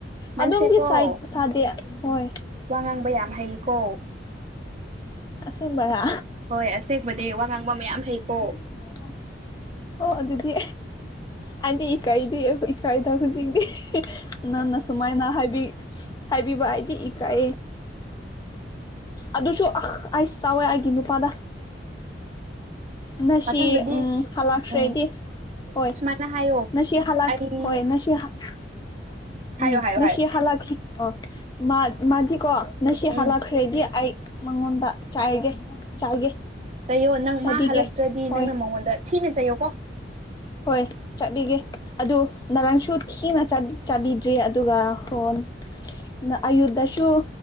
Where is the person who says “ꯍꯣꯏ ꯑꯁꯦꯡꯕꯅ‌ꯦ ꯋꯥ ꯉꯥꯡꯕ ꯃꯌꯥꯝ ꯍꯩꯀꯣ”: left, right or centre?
Right